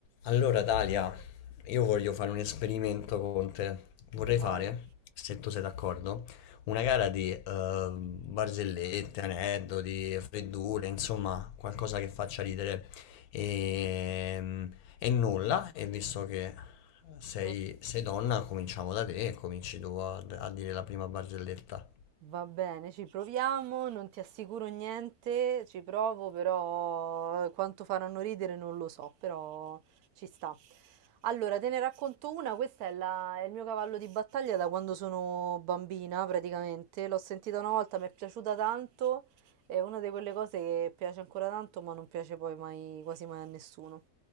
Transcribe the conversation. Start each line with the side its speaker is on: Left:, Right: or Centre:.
Left: Allora, Dalia, io voglio fare un esperimento con te. Vorrei
Right: Vai,
Left: fare, se tu sei d'accordo, una gara di eh, barzellette, aneddoti, freddure, insomma, qualcosa che faccia ridere. E, e nulla, e visto che sei,
Right: ok.
Left: sei donna, cominciamo da te e cominci tu a a dire la prima barzelletta.
Right: Va bene, ci proviamo, non ti assicuro niente, ci provo, però eh, quanto faranno ridere non lo so, però ci sta. Allora, te ne racconto una, questa è, la- è il mio cavallo di battaglia da quando sono bambina, praticamente. L'ho sentita una volta, mi è piaciuta tanto, è una di quelle cose che piace ancora tanto, ma non piace poi mai, quasi mai a nessuno.